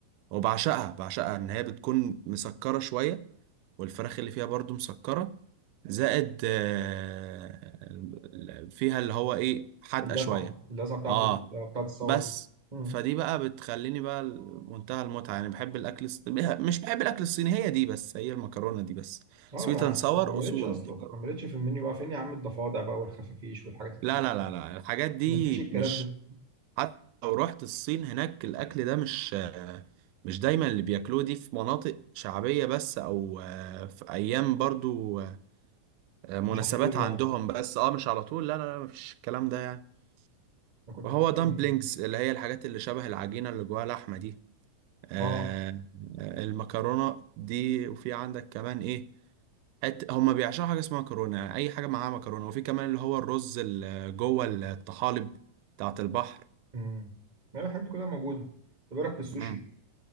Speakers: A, on the right; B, on the right.
A: وبعشقها بعشقها ان هي بتكون مسكرة شوية والفراخ اللي فيها برضو مسكرة زائد آه، ال- فيها اللي هو ايه حادقة
B: اللسعه
A: شوية
B: اللسعه بتاعت
A: اه
B: ال... بتاعت الصور
A: بس
B: دي امم
A: فدي بقى بتخليني بقى منتهى المتعة يعني بحب الأكل الص... مش بحب الأكل الصيني هي دي بس هي المكرونة دي بس
B: اه
A: سويت
B: انا
A: اند ساور
B: ما مليتش
A: أصول
B: اصلا
A: دي بر-
B: ما مليتش في المنيو بقى فين يا عم الضفادع بقى والخفافيش والحاجات التقيله
A: لا لا لا لا الحاجات دي
B: ما فيش الكلام
A: مش
B: ده
A: حتى لو رحت الصين هناك الأكل ده مش آه، مش دايما اللي بياكلوه دي في مناطق شعبية بس أو آه، في أيام برضو آه، مناسبات
B: مش على طول يعني
A: عندهم بس اه مش على طول لا لا لا مفيش الكلام ده يعني
B: انا كنت
A: وهو
B: بفكر
A: دامبلينجز
B: ان
A: اللي هي الحاجات اللي شبه العجينة اللي جواها لحمة دي آه
B: اه
A: آه، المكرونة دي وفي عندك كمان ايه حت هما بيعشقوا حاجة اسمها مكرونة يعني أي حاجة معاها مكرونة وفي كمان اللي هو الرز اللي جوه الطحالب بتاعت البحر
B: امم لا الحاجات دي كلها موجوده طب ايه رايك في السوشي
A: مم.